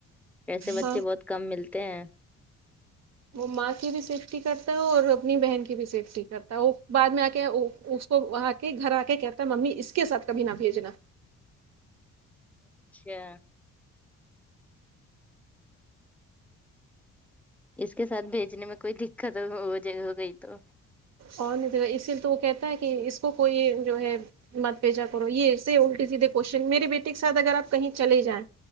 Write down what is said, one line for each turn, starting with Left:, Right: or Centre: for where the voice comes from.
Centre: ایسے بچے
Right: ہاں
Centre: بہت کم ملتے ہیں
Right: وہ ماں کی بھی سیفٹی کرتا ہے اور اپنی بہن کی بھی سیفٹی کرتا ہے وہ بعد میں آ کے و و کو وہاں کے گھر آ کے کہتا ہے ممی اس کے ساتھ کبھی نہ بھیجنا
Centre: اچھا اس کے ساتھ بیھجنے میں کوئی دقت وہ ہو گئی تو
Right: اور نہی تو اس لیے تو وہ کہتا ہے کہ اس کو کوئی جو ہے مت بھییجا کرو یہ ایسے الٹی سیدھے کوشچن میرے بیٹے کے ساتھ اگر آ کہیں چلے جائیں